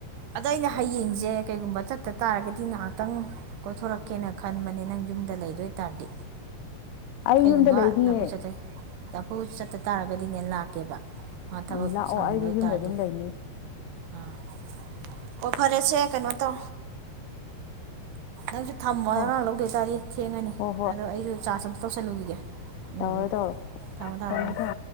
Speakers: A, on the right; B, on the left.
A: ꯑꯗꯣ ꯑꯩꯅ ꯍꯌꯦꯡꯁꯦ ꯀꯩꯒꯨꯝꯕ ꯆꯠ ꯍ ꯇ ꯇꯥꯔꯒꯗꯤ ꯉꯥꯏꯍꯥꯛꯇꯪ ꯀꯣꯏꯊꯣꯔꯛꯀꯦꯅ ꯈꯟꯕꯅꯦ ꯅꯪ ꯌꯨꯝꯗ ꯂꯩꯗꯣꯏꯇꯥꯔꯗꯤ
B: ꯑꯩ
A: ꯀꯩꯒꯨꯝꯕ
B: ꯌꯨꯝꯗ ꯂꯩꯅꯤꯌꯦ
A: ꯐꯨ ꯆꯠꯇꯩ ꯐꯨ ꯆꯠꯇ ꯇꯥꯔꯒꯗꯤ ꯁꯤꯅꯦ ꯂꯥꯛꯀꯦꯕ ꯃꯥ ꯊꯕꯛ
B: ꯎꯝ ꯂꯥꯛꯑꯣ
A: ꯁꯪꯅꯤꯡꯕ
B: ꯑꯩꯗꯤ
A: ꯑꯣꯏꯇꯥꯔꯗꯤ
B: ꯌꯨꯝꯗ ꯑꯗꯨꯝ ꯂꯩꯅꯤ
A: ꯑꯥ ꯑꯣ ꯐꯔꯦꯁꯦ ꯀꯩꯅꯣ ꯇ ꯑ ꯊꯝꯃꯣ
B: ꯍꯣ
A: ꯑꯉꯥꯡ ꯂꯧꯗꯣꯏꯇꯥꯔꯗꯤ ꯊꯦꯡꯉꯅꯤ
B: ꯍꯣ
A: ꯑꯗꯣ ꯑꯩꯁꯨ ꯆꯥꯔꯖ ꯑꯝꯇ ꯇꯧꯁꯜꯂꯨꯈꯤꯒꯦ
B: ꯇꯧꯔ
A: ꯎꯝ ꯎꯝ
B: ꯇꯔ
A: ꯊꯝꯃꯣ ꯊꯝꯃꯣ
B: ꯊ
A: ꯑꯥ
B: ꯊ